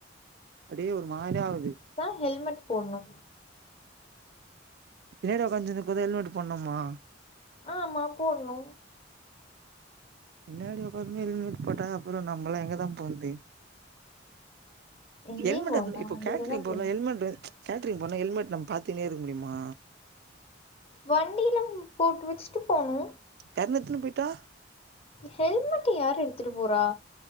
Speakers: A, on the right; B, on the left.
A: அப்டே ஒரு மாரியா ஆவுது
B: தா ஹெல்மெட் போட்ணு
A: பின்னாடி உக்காஞ்னுக்கு போதே ஹெல்மெட்டு போட்ணுமா
B: ஆமா போட்ணு
A: பின்னாடி உக்காந்து எல்மெட் போட்டா அப்புறோ நம்பளா எங்கதா போற்து
B: எங்கேயு
A: ஹெல்மெட்
B: போண்டா
A: எதுக் இப்போ
B: வண்டில
A: கேட்ரிங்
B: தா போணு
A: போறல ஹெல்மெட்டு கேட்ரிங் போனா ஹெல்மெட் நம்ம பாத்துக்குனே இருக்க முடியுமா
B: வண்டில போட்டு வச்சுட்டு போனு
A: யார்னா எத்துனு போயிட்டா
B: ஹெல்மெட்ட யாரு எடுத்துட்டு போறா